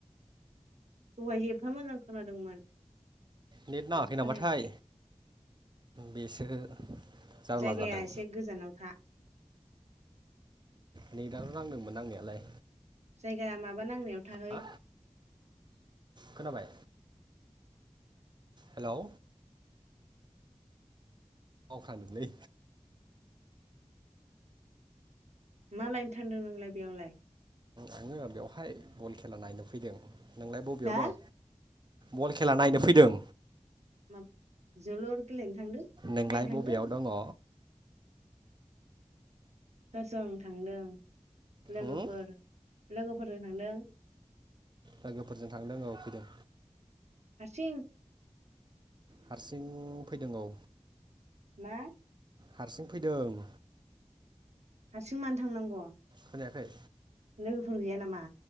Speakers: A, on the right; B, on the right.
A: दहाय एफा मोजां खोनादोंमोन
B: नेट नांङाखै
A: दा खोनायाखै
B: नामाथाय बेसो जारला
A: जायगाया
B: जादों
A: एसे गोजानाव था
B: नै दाल' नांदोंमोन नांनायालाय
A: जायगा माबा नांनायाव थाहै
B: हा खोनाबाय हेलौ बावफ्रांदोंलै
A: मा लायनो थांदों नोंलाय बेयावलाय
B: आङो बेवहाय बल खेला नायनो फैदों नोंलाय बबेयाव
A: हा
B: दं बल खेला नायनो फैदों
A: मा जोलुर गेलेनो थांदों
B: नोंलाय
A: नायनो थांदों
B: बबेयाव दंङ
A: दा जों थांदों लोगोफोर
B: उम?
A: लोगोफोरजों थांदों
B: लोगोफोरजों थांदों औ फैदों
A: हारसिं
B: हारसिं फैदों औ
A: मा
B: हारसिं फैदों
A: हारसिं मानो थांनांगौ
B: खोनायाखै
A: लोगोफोर गैया नामा